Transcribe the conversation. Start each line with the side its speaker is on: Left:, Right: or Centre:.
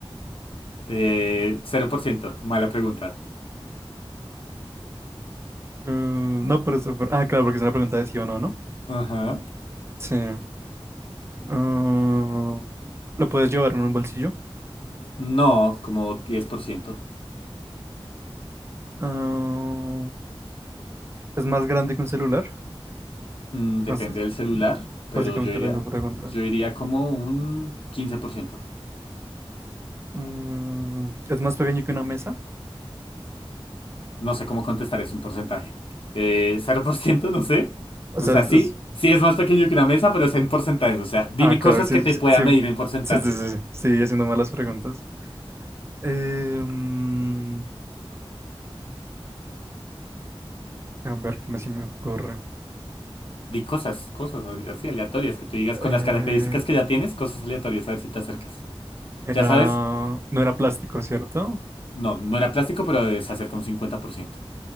Left: Eh, cero por ciento, mala pregunta.
Right: Mm, no, pero eso- pero- Ah, claro, porque es una pregunta de sí o no, ¿no?
Left: Ajá.
Right: Sí. Mm, ¿lo puedes llevar en un bolsillo?
Left: No, como 10%.
Right: Ah, ¿es más grande que un celular?
Left: Mm, depende
Right: Es- es
Left: del celular, pero
Right: básicamente
Left: yo iría,
Right: la misma pregunta.
Left: yo iría como un 15%.
Right: Mm, ¿es más pequeño que una mesa?
Left: No sé cómo contestar es un porcentaje. Eh, ¿cero por ciento <laughs> No sé.
Right: O
Left: O
Right: sea,
Left: sea,
Right: es...
Left: sí,
Right: es-
Left: sí es más pequeño que una mesa, pero es en porcentajes. O sea, dime
Right: Ah, claro,
Left: cosas
Right: sí,
Left: que te
Right: sí,
Left: pueda
Right: sí,
Left: medir en porcentajes.
Right: sí, sí, sí, sí, sigue haciendo malas preguntas. Eh, mm, a ver, ¿qué más se me ocurre?
Left: Di cosas, cosas así aleatorias que tú digas con
Right: Eh,
Left: las características que ya tienes, cosas aleatorias, a ver si te acercas.
Right: era...
Left: Ya sabes,
Right: No era plástico, ¿cierto?
Left: no, no era plástico, pero se acerca un 50%.